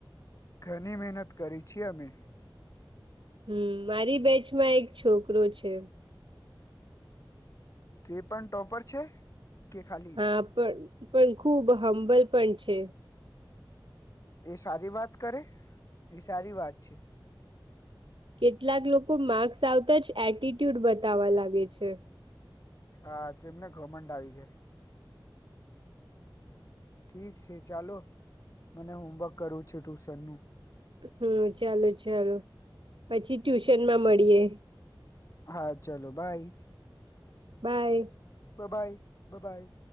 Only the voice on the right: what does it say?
હમ મારી બેચમાં એક છોકરો છે.
હા પણ પણ ખુબ હંબલ પણ છે.
કેટલાક લોકો માર્ક્સ આવતા જ એટીટ્યુડ બતાવા લાગે છે.
હમ ચાલો ચાલો પછી ટ્યુશનમાં મળીએે.
બાય.